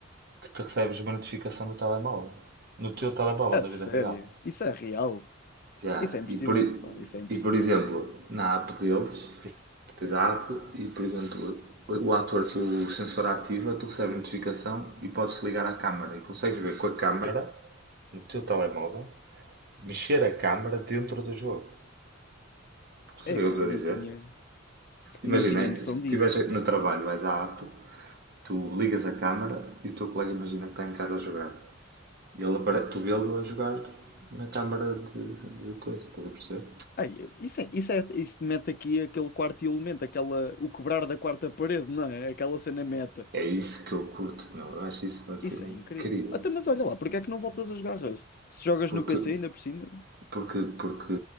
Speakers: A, on the right; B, on the left.
A: que te recebes uma notificação no telemóvel. No teu telemóvel
B: A
A: da
B: sério?
A: vida real.
B: Isso é real?
A: já,
B: Isso é impressionante,
A: e, por, e
B: pá, isso é impressionante.
A: por exemplo, na app deles, tens a app e, por exemplo, o ator, o sensor ativa, tu recebes notificação e podes ligar à câmara e consegues ver com a câmara. Câmara, no teu telemóvel, mexer a câmara dentro do jogo. Sabes o que
B: Epá,
A: é que eu estou
B: eu
A: a
B: não
A: dizer?
B: tinha, não
A: Imagina,
B: tinha noção
A: se
B: disso.
A: estiveres no trabalho, vais à app, tu ligas a câmara e o teu colega imagina que está em casa a jogar. E ele apare... tu vê-lo a jogar na câmara de, de coisa, estás a perceber?
B: Ai, isso é, isso é, isso mete aqui aquele quarto elemento, aquela, o quebrar da quarta parede, não é? Aquela cena meta.
A: É isso que eu curto, meu. Eu acho isso uma cena
B: Isso é
A: incrível.
B: incrível. Até mas olha lá, porque é que não voltas a jogar Rust? Se jogas
A: Porque,
B: no PC ainda por cima?
A: porque, porque